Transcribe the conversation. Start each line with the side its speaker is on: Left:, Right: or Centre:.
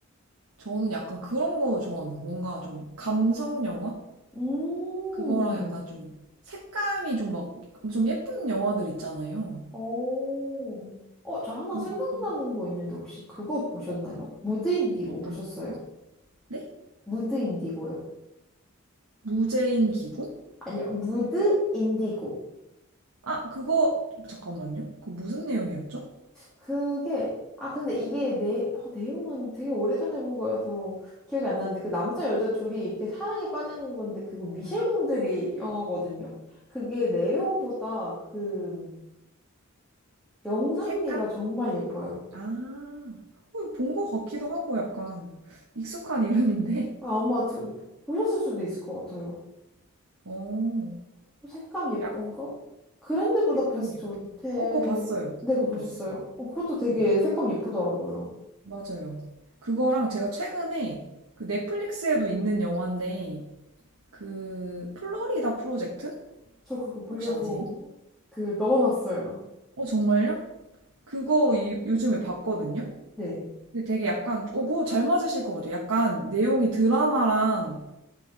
Right: 저는 약간 그런 거 좋아하는 거 같아요. 뭔가 좀 감성 영화?
Centre: 음,
Right: 그거랑 약간 좀 색감이 좀 막 엄청 예쁜 영화들 있잖아요.
Centre: 오. 어, 저 하나
Right: 뭐,
Centre: 생각나는
Right: 그,
Centre: 거 있는데 혹시 그거 보셨나요?
Right: 어,
Centre: 무드 인디고
Right: 뭐 어떤
Centre: 보셨어요?
Right: 거? 네?
Centre: 무드 인디고요.
Right: 무제인 기구?
Centre: 아니요, 무드 인디고.
Right: 아, 그거, 잠깐만요. 그거 무슨 내용이었죠?
Centre: 그게 아 근데 이게 내 어, 내용은 되게 오래전에 본 거여서 기억이 안 나는데 그 남자 여자 둘이 이렇게 사랑에 빠지는 건데 그거 미셸 공들이 영화거든요. 그게 내용보다 그 영상미가
Right: 색감?
Centre: 정말 예뻐요.
Right: 아, 어, 본거 같기도 하고 약간 익숙한 이름인데?
Centre: 아마 드- 보셨을 수도 있을 것 같아요.
Right: <laughs> 어,
Centre: 색감 예쁜
Right: 약,
Centre: 거? 그랜드 부다페스트
Right: 색감 예쁜.
Centre: 호텔
Right: 어, 그거 봤어요.
Centre: 네
Right: 그거
Centre: 그거 보셨어요?
Right: 봤어요.
Centre: 어, 그것도 되게
Right: 네.
Centre: 색감 예쁘더라고요.
Right: 맞아요. 그거랑 제가 최근에 그 넷플릭스에도 있는 영화인데 그 플로리다 프로젝트
Centre: 저 그거 보려고
Right: 혹시 아세요?
Centre: 그 넣어놨어요.
Right: 어 정말요? 그거 이- 요즘에 봤거든요.
Centre: 네.
Right: 근데 되게 약간 어 그거 잘 맞으실 것 같아요. 약간 내용이 드라마랑